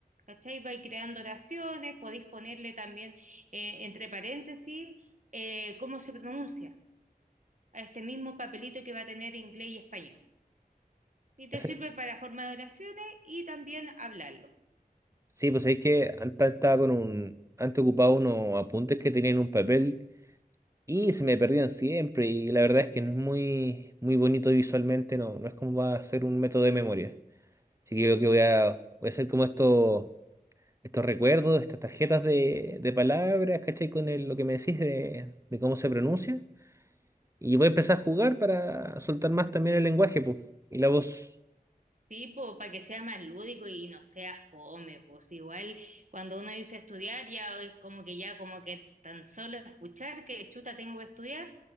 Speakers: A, on the right (about 55°); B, on the right (about 20°).
A: ¿Cachai? Vais creando oraciones, podéis ponerle también eh, entre paréntesis eh, cómo se pronuncia a este mismo papelito que va a tener inglés y español. Y te
B: Ese-
A: sirve para formar oraciones y también hablarlo.
B: Sí, pues es que antes estaba con un, antes ocupaba unos apuntes que tenía en un papel y se me perdían siempre y la verdad es que no es muy, muy bonito visualmente, no, no es como va a ser un método de memoria. Así que yo creo que voy a, voy a hacer como estos, estos recuerdos, estas tarjetas de, de palabras, ¿cachai? Con el- lo que me decís de, de cómo se pronuncia. Y voy a empezar a jugar para soltar más también el lenguaje, pues, y la voz.
A: Tipo, para que sea más lúdico y no sea fome, pues igual cuando uno dice estudiar ya es como que ya como que tan solo escuchar que chuta tengo que estudiar,